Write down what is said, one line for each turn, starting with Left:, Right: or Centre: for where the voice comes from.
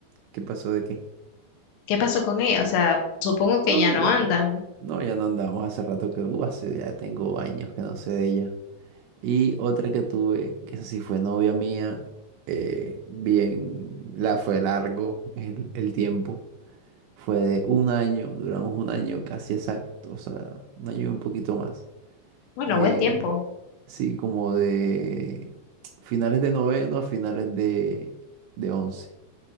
Right: ¿qué pasó de qué?
Left: ¿Qué pasó con ella? O sea, supongo que
Right: No,
Left: ya no
Right: ya,
Left: andan.
Right: no, ya no andamos hace rato que, uh, hace ya tengo años que no sé de ella. Y otra que tuve, que esa sí fue novia mía, eh, bien, la fue largo el el tiempo. Fue de un año, duramos un año casi exacto, o sea, un año y un poquito más.
Left: Bueno,
Right: Eh,
Left: buen tiempo.
Right: sí, como de finales de noveno a finales de, de once,